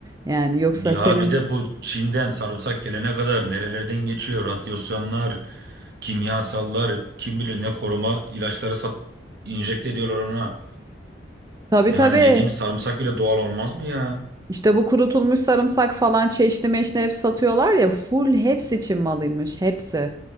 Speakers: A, on the right; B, on the right.
A: Yani yoksa
B: Ya
A: senin
B: bir de bu Çin'den sarımsak gelene kadar nerelerden geçiyor? Radyasyonlar, kimyasallar, kim bilir ne koruma ilaçları sat, enjekte ediyorlar ona.
A: tabii
B: Yani
A: tabii
B: yediğimiz sarımsak bile doğal olmaz mı ya?
A: işte bu kurutulmuş sarımsak falan çeşni meşni hep satıyorlar ya full hepsi Çin malıymış hepsi.